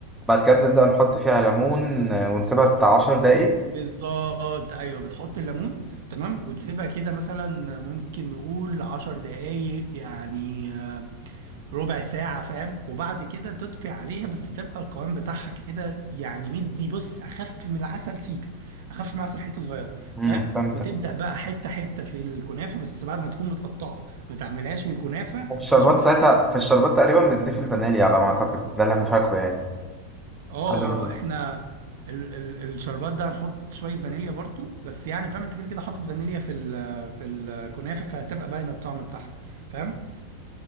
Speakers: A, in the centre; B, on the right (about 65°).
A: بعد كده بنبدأ نحط فيها ليمون آه، ونسيبها بتاع عشر دقايق
B: بالظبط ايوه بتحط الليمون تمام وتسيبها كده مثلا ممكن نقول عشر دقايق يعني آه، ربع ساعة فاهم وبعد كده تطفي عليها بس تبقى القوام بتاعها كده يعني مدي بص أخف من العسل سيكة أخف من العسل حتة صغيرة
A: امم
B: فاهم
A: فهمت
B: وتبدأ بقى حتة حتة في الكنافة بس بعد ما تكون متقطعة ما تعملهاش والكنافة
A: والشربات
B: مش متقطعة
A: ساعتها في الشربات تقريبا بنضيف الفانيليا على ما أعتقد ده اللي أنا فاكره يعني
B: اه
A: حد ما
B: اه احنا ال ال الشربات ده هنحط شوية فانيليا برضو بس يعني فاهم انت كده كده حاطط فانيليا في ال في الكنافة فهتبقى باين الطعم بتاعها فاهم